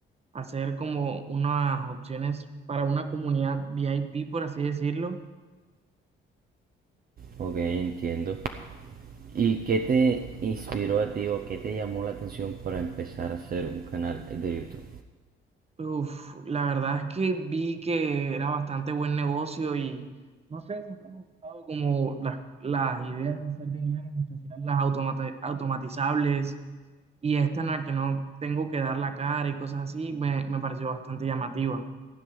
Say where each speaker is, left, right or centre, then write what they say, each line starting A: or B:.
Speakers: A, on the right; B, on the right.
A: hacer como unas opciones para una comunidad VIP, por así decirlo
B: Ok, entiendo. ¿Y qué te inspiró a ti o qué te llamó la atención para empezar a hacer un canal de YouTube?
A: Uf, la verdad es que vi que era bastante buen negocio y no sé, siempre me ha gustado como las, las ideas de hacer dinero, en especial las automata- automatizables y esta en la que no tengo que dar la cara y cosas así, me, me pareció bastante llamativa.